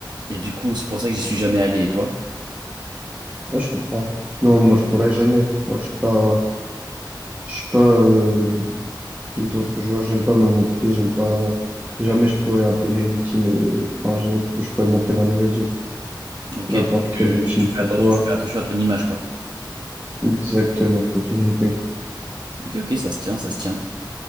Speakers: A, on the right; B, on the right.
A: Et du coup, c'est pour ça que j'y suis jamais allé. Et toi?
B: Ouais, je comprends. Non, moi je pourrais jamais. Moi je suis pas je suis pas euh, dans ce genre, j'aime pas me montrer, j'aime pas jamais je pourrais intégrer une team euh, enfin jamais je pourrais me montrer dans les réseaux,
A: Ok,
B: n'importe
A: donc tu,
B: quelle team
A: tu- tu fais
B: que ce
A: attention,
B: soit.
A: tu fais attention à ton image, quoi.
B: Exactement, t'as tout compris.
A: Ok, ok, ça se tient, ça se tient.